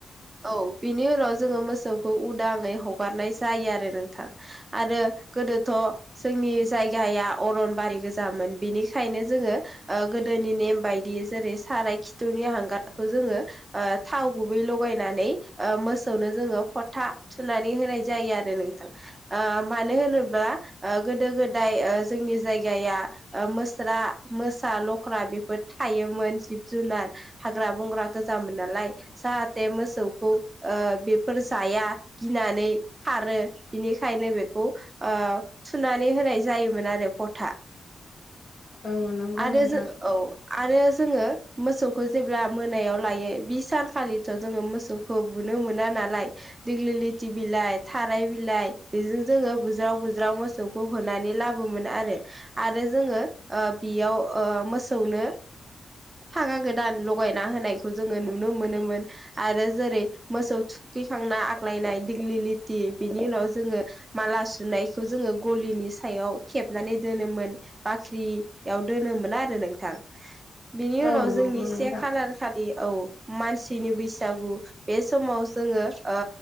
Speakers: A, on the right; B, on the left.
A: औ बिनि उनाव जोङो मोसौखौ उदाङै हगारनाय जायो आरो नोंथां आरो गोदोथ' जोंनि जायगाया अरन बारि गोजामोन बिनिखायनो जोङो ओ दोनि नेम बायदि जो जेरै साराइ खिथुनि हांगारखौ जोङो ओ थाव गुबै लगायनानै ओ मोसौ नो जोङो फथा थुनानै होनाय जायो आरो नोंथां ओ मानो होनोब्ला ओ गोदो गोदाय ओ जोंनि जायगाया ओ मोस्रा मोसा लख्रा बेफोर थायो मोन जिब जुनार हाग्रा बंग्रा गोजामोन नालाय जाहाथे मोसौखौ ओ बेफोर जाया गिनानै खारो बिनिखायनो बेखौ थुनानै होनाय जायोमोन आरो फथा
B: <inaudible> नंगौ
A: आरो
B: नोंथां
A: जों औ आरो जोङो मोसौखौ जेब्ला मोनायाव लायो बि सानखालिथ' जोङो मोसौखौ बुनो मोना नालाय दिग्लिलिथि बिलाइ थाराय बिलाइ बेजों जोङो बु ज्राव बुज्राव मोसौखौ होनानै लाबोमोन आरो। आरो जोङो ओ बेयाव ओ मो सौनो फागा गोदान लगायना होनायखौ जोङो नुनो मोनोमोन आरो जेरै मोसौ थुखैखांना आग्लायनाय दिग्लि लिथि बिनि उनाव जोङो माला सुनायखौ जोङो गलिनि सायाव खेबनानै दोनोमोन बाख्रियाव दोनोमोन आरो नोंथां बिनि
B: औ
A: उनाव
B: नंगौ
A: जोंनि
B: नोंथां
A: से खालार खालि औ मानसिनि बैसागु बे समाव जोङो ओ